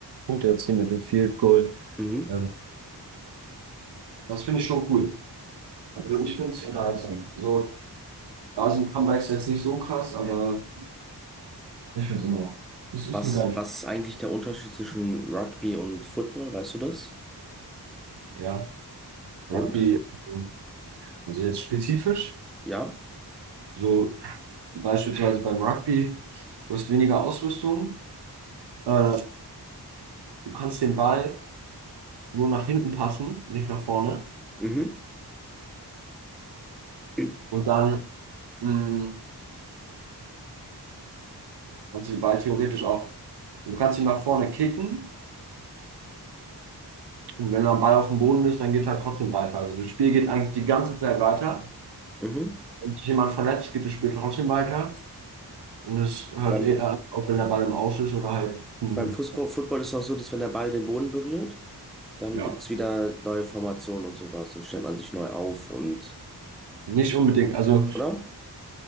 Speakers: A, on the right; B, in the centre.
A: Punkte erzielen mit dem Field Goal.
B: Mhm.
A: Ähm, das finde ich schon cool. Also ich finde es unterhaltsam. So, da sind Comebacks jetzt nicht so krass, aber. Ich finde es immer noch. Es ist
B: Was
A: eine
B: ist,
A: geile
B: was
A: Sp-
B: ist eigentlich der Unterschied zwischen Rugby und Football, weißt du das?
A: Ja, Rugby,
B: Und?
A: ähm, also jetzt spezifisch,
B: Ja?
A: so beispielsweise beim Rugby, du hast weniger Ausrüstung, äh, du kannst den Ball nur nach hinten passen, nicht nach vorne.
B: Mhm. <clears throat>
A: Und dann mh, kannst du den Ball theoretisch auch, du kannst ihn nach vorne kicken und wenn der Ball auf dem Boden ist, dann geht halt trotzdem weiter. Also das Spiel geht eigentlich die ganze Zeit weiter.
B: Mhm.
A: Wenn sich jemand verletzt, geht das Spiel trotzdem weiter. Und es hört
B: Beim
A: eher auf, wenn der Ball im Aus ist oder halt, mh,
B: Beim Fußball, Football ist es auch so, dass wenn der Ball den Boden berührt, dann
A: ja.
B: gibt es wieder neue Formationen und sowas. Dann stellt man sich neu auf und,
A: Nicht unbedingt. Also,
B: oder?